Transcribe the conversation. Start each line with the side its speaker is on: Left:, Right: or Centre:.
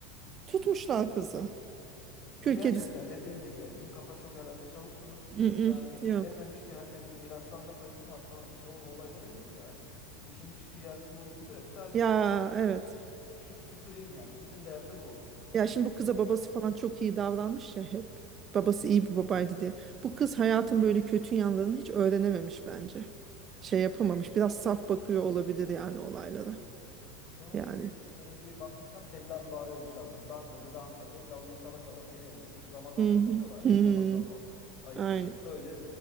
Right: Tutmuşlar kızı. Kül
Left: E Gerçekten
Right: kedisi.
Left: dediğin gibi ya bunun kafa çok herhalde çalışmıyordu ki
Right: Mm,
Left: yani
Right: mm, Yok.
Left: dememiş ki hani benim mirastan da payım var falan hiç o olaylara girmiyor yani. İşin hiç ticareti boyutunda yok. Sadece
Right: Ya
Left: sili-
Right: evet.
Left: sileyim süpüreyim yani. Bütün derdi bu.
Right: Ya şimdi bu kıza babası
Left: Değil mi?
Right: falan çok iyi davranmış ya hep. Babası
Left: Aha.
Right: iyi bir babaydı diye. Bu kız hayatın böyle kötü yanlarını hiç öğrenememiş bence. Şey
Left: Hmm.
Right: yapamamış. Biraz saf bakıyor olabilir yani olaylara.
Left: Evet. Sonra
Right: Yani.
Left: bir gün böyle bir bakmışlar tellal bağırıyor dışarıdan. Dangıdı dangıdı davulu çala çala geliyor böyle. Bizim Ramazan'da
Right: Hı hı.
Left: çalıyorlar
Right: Hı
Left: ya
Right: hı.
Left: Ramazan ba- ayında.
Right: Aynen.
Left: Böyle